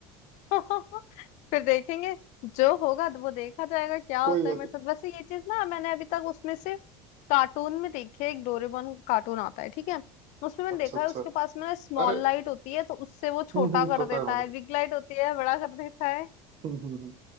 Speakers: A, on the left; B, on the right.
A: फिर देखेंगे जो होगा तो वो देखा जाएगा क्या
B: कोई
A: होता
B: बात
A: है मेरे
B: नहीं
A: साथ वैसे ये चीज ना मैंने अभी तक उसमें से कार्टून में देखी है एक डोरेमोन कार्टून आता है ठीक है उसमें मैंने
B: अच्छा
A: देखा
B: अच्छा
A: है उसके पास में ना स्मॉल
B: अरे
A: लाइट होती है तो उससे वो छोटा
B: हम्म हम्म
A: कर
B: पता
A: देता
B: है मैंने
A: है बिग लाइट होती है बड़ा कर देता है
B: हम्म हम्म हम्म।